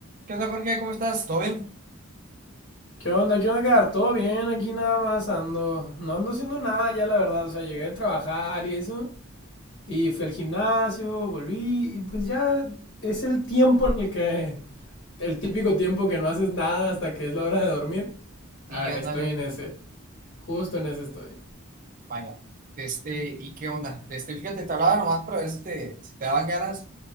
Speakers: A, on the right; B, on the left.
A: ¿Qué onda, Jorge? ¿Cómo estás? ¿Todo bien?
B: ¿Qué onda? ¿Qué onda, Edgar? ¿Todo bien? Aquí nada más ando. No ando haciendo nada ya, la verdad. O sea, llegué de trabajar y eso. Y fui al gimnasio, volví. Y pues ya es el tiempo en el que. El típico tiempo que no haces nada hasta que es la hora de dormir.
A: Sí,
B: Ah, estoy
A: ándale.
B: en ese. Justo en ese estoy.
A: Vaya. Este, ¿y qué onda? Este, fíjate, te hablaba nomás para ver si te, si te daban ganas.